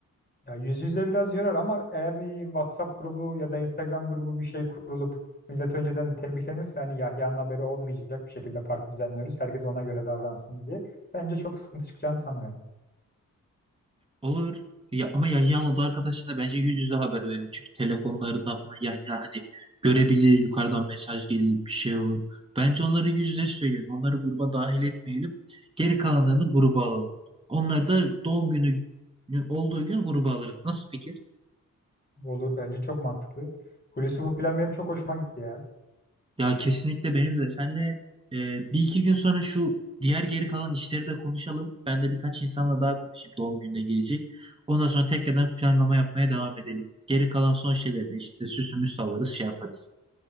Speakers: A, on the left; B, on the right.
A: Ya yüz yüze biraz yorar ama eğer bir WhatsApp grubu ya da Instagram grubu bir şey kurulup millet önceden tembihlenirse hani Yahya'nın haberi olmayacak bir şekilde parti düzenliyoruz. Herkes ona göre davransın diye. Bence çok sıkıntı çıkacağını sanmıyorum.
B: Olur. Ya, ama Yahya'nın oda arkadaşına bence yüz yüze haber verelim. Çünkü telefonlarından falan Yahya hani görebilir. Yukarıdan mesaj gelir bir şey olur. Bence onları yüz yüze söyleyelim. Onları gruba dahil etmeyelim. Geri kalanlarını gruba alalım. Onlar da doğum günü olduğu gün gruba alırız. Nasıl fikir?
A: Olur bence çok mantıklı. Hulusi bu plan benim çok hoşuma gitti ya.
B: Ya kesinlikle benim de. Senle e, bir iki gün sonra şu diğer geri kalan işleri de konuşalım. Ben de birkaç insanla daha konuşayım doğum gününe gelecek. Ondan sonra tekrardan planlama yapmaya devam edelim. Geri kalan son şeyleri de işte süsümüz sallarız şey yaparız.